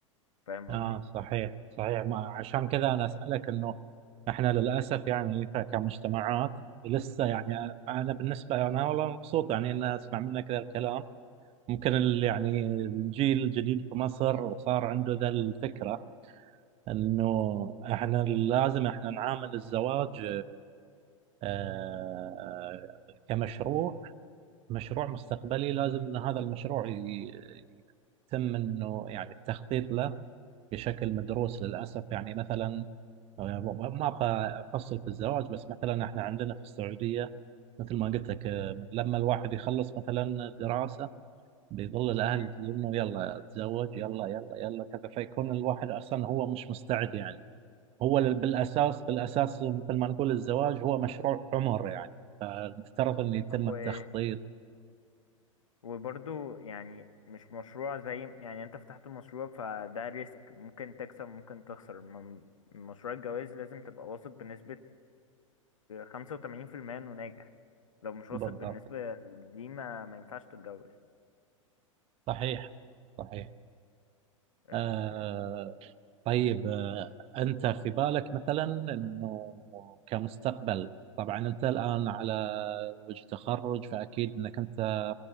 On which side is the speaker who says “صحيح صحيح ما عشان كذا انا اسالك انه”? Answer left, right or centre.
Right